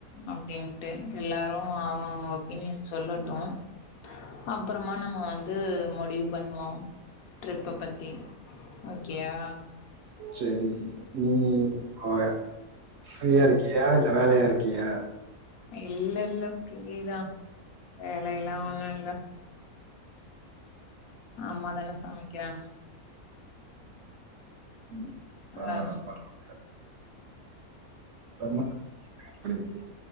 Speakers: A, on the left; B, on the right.
A: அப்டின்ட்டு எல்லாரு அவங்கவுங்க ஒப்பீனியன் சொல்லட்டும் அப்புறமா நம்ம வந்து முடிவு பண்ணுவோம் ட்ரிப்ப பத்தி ஓகேயா
B: செரி ம் ஓயா ஃப்ரீயா இருக்கியா இல் அ வேலையா இருக்கியா
A: இல்ல இல்ல ஃப்ரீதா வேலைல்லா ஒண்ணும் இல்ல அம்மா தான சமைக்கிறாங்க
B: <unintelligible>
A: அதா
B: ரொம்மோ அப்புடி இருக்கு